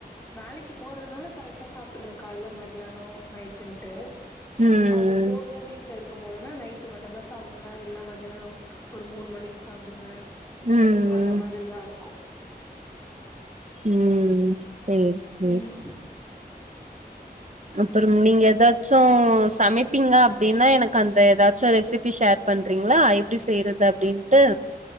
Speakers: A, on the left; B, on the right.
A: வேலைக்கி போறதுனால கரெட்டா சாப்பிட்ற கால்ல மத்தியானோ நைட்டுன்ட்டு
B: ம்
A: அப்டி போகல வீட்லருக் கும்போதுனா நைட்டு மட்டுந்தா சாப்டுவே இல்ல மத்தியானோ ஒரு மூண் மணிக் சாப்டுவே
B: ம்
A: அந்த
B: ம்
A: மாதிரிதாருக்கு
B: ம் சேரி சேரி
A: ம்
B: அப்புறம் நீங்க எதாச்சு சமைப் பீங்க அப்டின்னா, எனக்கு அந்த எதாச்சு ரெசிபி ஷேர் பண்றீங்ளா? எப்டி செய்யறது அப்டின்ட்டு